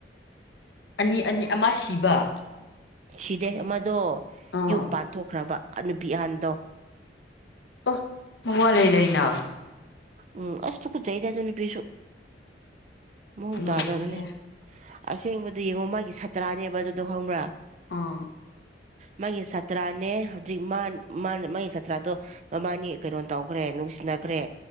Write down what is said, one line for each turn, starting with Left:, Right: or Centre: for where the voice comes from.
Left: ꯑꯅꯤ ꯑꯅꯤ ꯑꯃ ꯁꯤꯕ
Right: ꯁꯤꯗꯦ ꯑꯃꯗꯣ
Left: ꯑꯥ
Right: ꯌꯨꯝ ꯄꯥꯟꯊꯣꯛꯈ꯭ꯔꯕ ꯑꯅꯕꯤꯍꯥꯟꯗꯣ
Left: ꯑꯣ ꯋꯥ ꯂꯩ ꯂꯩꯅ
Right: ꯎꯝ ꯑꯁ ꯇꯨꯀꯆꯩꯗ ꯑꯗꯨꯢ ꯅꯨꯄꯤꯁꯨ ꯃꯑꯣꯡ
Left: ꯂꯣꯏꯔꯦꯍꯦ
Right: ꯇꯥꯗꯕꯅꯦ ꯑꯁꯦꯡꯕꯗꯨ ꯌꯦꯡꯉꯣ ꯃꯥꯒꯤ ꯁꯥꯇ꯭ꯔꯥꯅꯦꯕ ꯑꯗꯨꯗꯣ ꯈꯪꯕ꯭ꯔꯥ
Left: ꯑꯥ
Right: ꯃꯥꯒꯤ ꯁꯥꯇ꯭ꯔꯥꯅꯦ ꯍꯧꯖꯤꯛ ꯃꯥ ꯃꯥ ꯃꯥꯒꯤ ꯁꯥꯇ꯭ꯔꯥꯗꯣ ꯃꯃꯥꯅꯤ ꯀꯩꯅꯣ ꯇꯧꯈ꯭ꯔꯦ ꯅꯨꯡꯁꯤꯅꯈ꯭ꯔꯦ